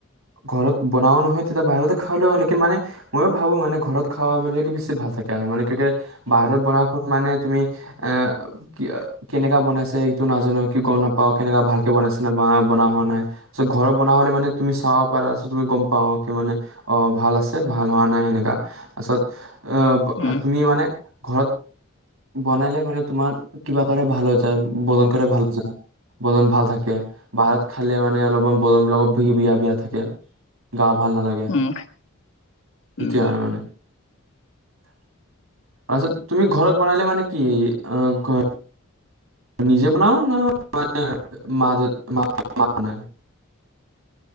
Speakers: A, on the right (about 80°); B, on the left (about 60°).
A: ঘৰত বনাও নহয় তেতিয়া বাহিৰতে খাই লওঁ লেকিন মানে ময়ো ভাবো মানে ঘৰত খাব পাৰিলে বেছি ভাল থাকে আৰু মানে কিয়ুকি বাহৰত বনা মানে তুমি এ কি কেনেকা বনাইছে- টো নাজানো কি গম নাপাও কেনেকা ভাল- বনাইছে না বনোৱা হোৱা নাই- চ 'ঘৰত বনোৱা হলে মানে তুমি চাব পাৰা তুমি গম পাওঁ কি মানে অ ভাল আছে ভাল হোৱা নাই এনেকা তাৰপিছত অ ব
B: উম
A: তুমি মানে- ঘৰত বনাইলে মানে তোমাৰ কিবা কা'ৰ ভাল হৈ যায় <unintelligible> <inaudible> বদন ভাল থাকে বাহৰত খালে মানে- মানে অলপমান <unintelligible> বিয়া থাকে গা- ভাল নালাগে,
B: উম
A: এতিয়া
B: উম
A: আৰু মানে- তাৰছত তুমি ঘৰত বনাইলে মানে কি <unintelligible> নিজে বনাও ন <unintelligible>